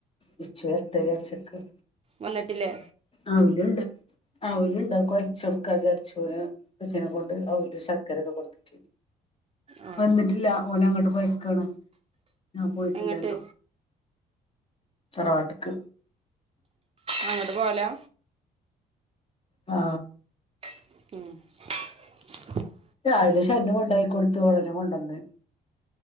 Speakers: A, on the left; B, on the right.
A: വിച്ചു വർട്ട ചറച്ചക്ക
B: വന്നിട്ടില്ലേ
A: അവലുണ്ട് അവലുണ്ട് കുഴച്ച കൊടുക്കാരച്ചന അച്നെ കൊണ്ട് അവല് ശർക്കരയൊക്കെ കൊണ്ടുവച്ചി
B: ആ
A: വന്നിട്ടില്ല ഓന് അങ്ങോട്ട് പോയിക്കാണ് ഞാൻ പോയിട്ടില്ലല്ലോ
B: എങ്ങോട്ട്
A: തറവാട്ടിക്
B: അങ്ങട് വാലാ
A: ആ
B: മ്
A: രാവിലെ <unintelligible> ഉണ്ടായി കൊടുത്തു ഒടനെ കൊണ്ടന്ന്